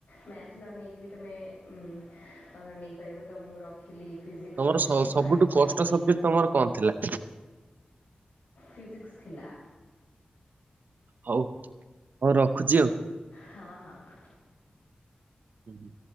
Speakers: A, on the left (about 75°); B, on the right (about 80°).
A: ମ୍ୟାଥ ନ ନେଇକି ବି ତମେ ଉଁ ନେଇପାରିବ ତ ମୁଁ ର ରଖିଲି ଫିଜିକ୍ସ
B: ତମର
A: କେମିଷ୍ଟ୍ରି
B: ସ ସବୁଠୁ
A: ବାୟୋ
B: କଷ୍ଟ
A: ଆଇ ଟି।
B: ସବଜେକ୍ଟ ତମର କଣ ଥିଲା?
A: ଫିଜିକ୍ସ ଥିଲା।
B: ହଉ ହଉ ରଖୁଛି ଆଉ।
A: ହଁ ହଁ ହଁ।
B: ହୁଁ।